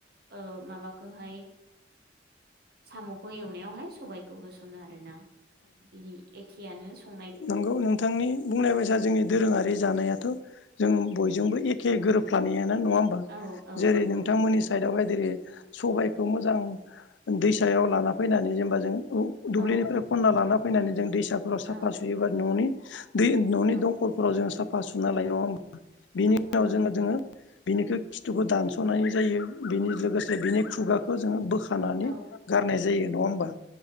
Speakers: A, on the right (about 60°); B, on the left (about 85°).
A: ओ माबाखोहाय साम'खौ एवनायावहाय सबाइखौ होस'नो आरोना बिदि। एखेयानो सङो
B: नोंगौ नोंथांनि बुंनाय बायसा जोंनि दोरोङारि जानायाथ' जों बयजोंबो ए एखे गोरोबफानायानो नङा होमबा।
A: औ औ
B: जेरै
A: नंगौ
B: नोंथांमोननि साइडआवहाय जेरै सबायखौ मोजां दैसायाव लाना फैनानै जेनबा जों दुब्लिनिफ्राय
A: औ
B: खनना लाना फैनानै जों दैसाफोराव
A: औ
B: साफा सुयोबा न'नि दै न'नि
A: औ
B: दंखलफोराव जों साफा सुना लायो नङा होमबा। बिनि
A: औ
B: उनाव जोङो जोङो बिनिखो खिथुखो दानस'नाय जायो बिनि लोगोसे बिनि खुगाखौ जोङो बोखा खानानै
A: औ
B: गारनाय जायो नङा होमबा।